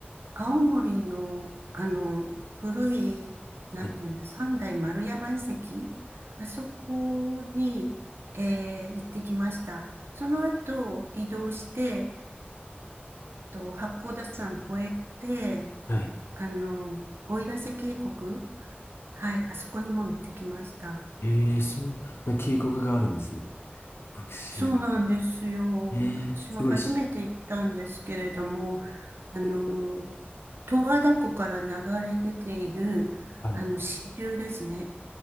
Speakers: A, on the right; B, on the left.
A: 青森の、あの、古い、なんていうの、
B: はい。
A: 三代丸山遺跡、あそこに、えー行ってきました。その後、移動して、えっと、八甲田山越えて、
B: はい。
A: あの、奥入瀬渓谷、はい、あそこにも行ってきました。
B: ええ、そんな渓谷があるんですね。僕知る。
A: そうなんですよ。
B: ええ、
A: 私も初めて行ったんですけれども、
B: すごいし。
A: あの、十和田湖から流れ出ている、
B: はい。
A: あの、支流ですね。